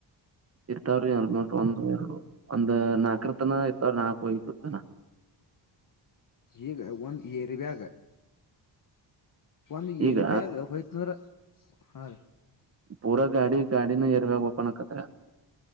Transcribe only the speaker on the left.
ಈಗ ಒಂದು ಇಯರ್ ಬ್ಯಾಗ ಒಂದು
ಏರಿ ಬ್ಯಾಗ್ ಹೋಯ್ತ ನ್ರ ಹಾ ರೀ